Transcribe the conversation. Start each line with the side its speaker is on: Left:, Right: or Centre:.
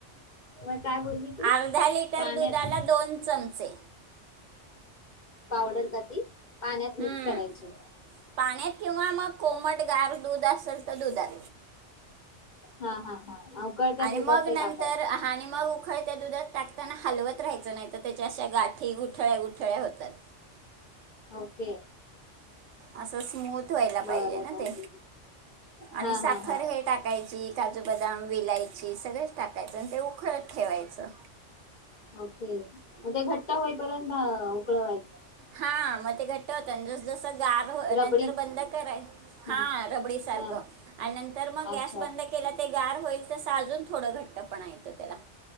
Left: मग काय बोलली तू
Right: अर्धा लिटर
Left: पाण्यात
Right: दुधाला दोन चमचे,
Left: पावडर क ती, पाण्यात
Right: हम्म
Left: मिक्स करायचे,
Right: पाण्यात किंवा मग कोमट गार दूध अस सल तर दुधात
Left: हा-हा-हा अवकळत्या
Right: आणि
Left: दुधात
Right: मग
Left: ते
Right: नंतर
Left: टाकायच.
Right: आणि मग उखळत्या दुधात टाकताना हलवत राहायचं नाही, तर त्याच्या अशा गाठी गुठळ्या गुठळ्या होतात.
Left: ओके,
Right: असं स्मूथ व्हायला
Left: बरं
Right: पाहिजे ना
Left: बर
Right: ते
Left: हा
Right: आणि साखर
Left: हा हा
Right: हे टाकायची काजू बदाम विलायची सगळेंच टाकायचं आणि ते उखळत ठेवायचं.
Left: ओके मग ते घट्ट होईपर्यंत उकळवायच,
Right: हा मते घट होत जस-जस
Left: रबडी
Right: नर बंद करा
Left: हा
Right: ह रबडी सार
Left: हा
Right: नर मग
Left: अच्छा
Right: गस बंद के ते गार होईल तसं अजून थोडं घट्ट पण येतं त्याला.